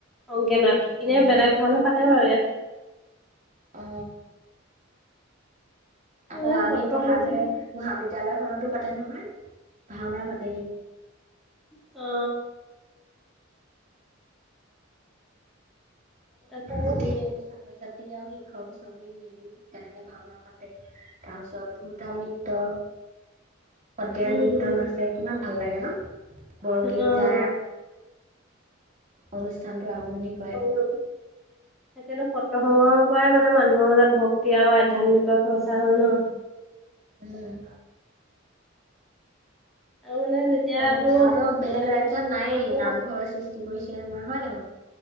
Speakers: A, in the centre; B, on the right (about 35°).
A: অংকে নাথ এনেই
B: উম
A: বেলেগ ভাওনা পাতে বাৰু ইয়াত।
B: অ
A: তাৰ
B: আকৌ
A: মানে
B: আমি
A: সত্ৰ
B: পঢ়া
A: সংস্কৃতি
B: ধৰে মহাবিদ্যালয় খনতো পাতে নহয়, ভাওনা পাতে
A: অ। তাতে
B: গোটেই চা তই ছাত্ৰী আৰু শিক্ষক ছবেই মিলি তেনেকে ভাওনা পাতে। তাৰপিছত দূৰ্তা নৃত
A: <inaudible>
B: সতীয়া
A: উম,
B: নৃত্য নাচে কিমান ভাল লাগে ন বৰগীত
A: অ',
B: গাই অনুষ্ঠান টো আৰম্ভণি কৰে
A: উম তাকেতো সত্ৰ সময়ৰ পৰাই মানে মানুহৰ মাজত ভক্তি আৰু আধ্যয়াত্মিকৰ চৰ্চা হ'ল ন।
B: উম
A: আৰু মানে যেতিয়া
B: অ
A: তোৰ
B: ভাৰতৰ বেলেগ ৰাজ্যত নাই
A: অ
B: নামঘৰ সৃষ্টি কৰিছে আমাৰ হয় না বাৰো